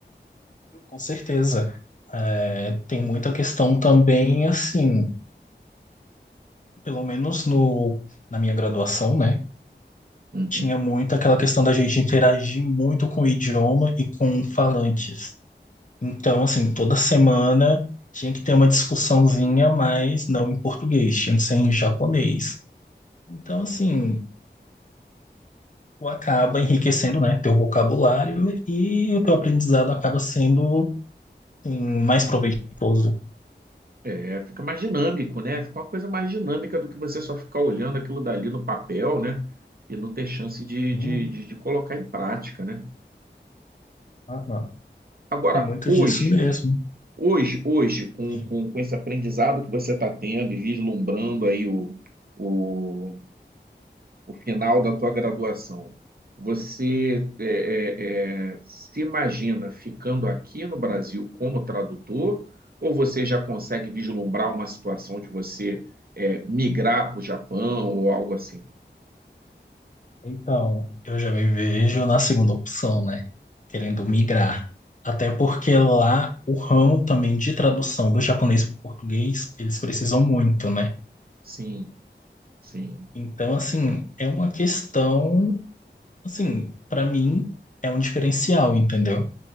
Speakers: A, on the left; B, on the right.
A: com certeza. É, tem muita questão também, assim, pelo menos no, na minha graduação, né?
B: Uhum.
A: Tinha muito aquela questão da gente interagir muito com o idioma e com falantes. Então, assim, toda semana tinha que ter uma discussãozinha, mas não em português, tinha que ser em japonês. Então, assim, tu acaba enriquecendo, né, teu vocabulário e o teu aprendizado acaba sendo, assim, mais proveitoso.
B: É, fica mais dinâmico, né? Fica uma coisa mais dinâmica do que você só ficar olhando aquilo dali no papel, né? E não ter chance de,
A: Hum,
B: de, de, de colocar em prática, né?
A: aham.
B: Agora,
A: Tem muito
B: hoje,
A: disso mesmo.
B: hoje, hoje, com,
A: sim.
B: com, com esse aprendizado que você está tendo e vislumbrando aí o, o, o final da tua graduação, você é, é, é, se imagina ficando aqui no Brasil como tradutor, ou você já consegue vislumbrar uma situação de você é, migrar para o Japão ou algo assim?
A: Então, eu já me vejo na segunda opção, né, querendo migrar. Até porque lá o ramo também de tradução do japonês para o português, eles precisam muito, né?
B: Sim, sim.
A: Então, assim, é uma questão, assim, para mim é um diferencial, entendeu?